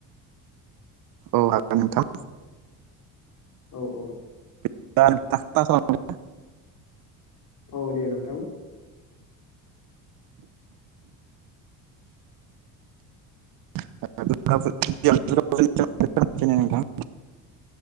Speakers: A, on the right; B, on the left.
A: औ हागोन नोंथां।
B: औ औ
A: <unintelligible>
B: औ दे नोंथां
A: <unintelligible>